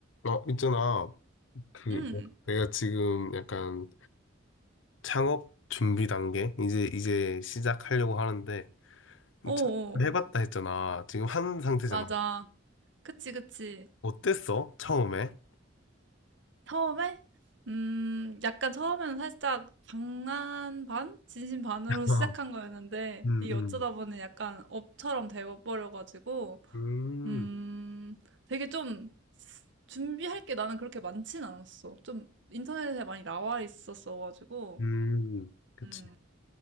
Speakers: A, on the left; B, on the right.
A: 어, 있잖아. 그,
B: 응,
A: 내가 지금 약간 창업 준비 단계? 이제, 이제 시작하려고 하는데, 창업을
B: 어어,
A: 해봤다 했잖아. 지금 한 상태잖아.
B: 맞아. 그치, 그치.
A: 어땠어? 처음에?
B: 처음에? 음, 약간 처음에는 살짝 장난 반? 진심 반으로
A: <laughs> 아.
B: <laughs> 시작한 거였는데,
A: 음,
B: 이게 어쩌다
A: 음.
B: 보니 약간 업처럼 돼버려가지고,
A: 음,
B: 음, 되게 좀 준비할 게 나는 그렇게 많진 않았어. 좀 인터넷에 많이 나와 있었어가지고,
A: 음. 그치.
B: 음,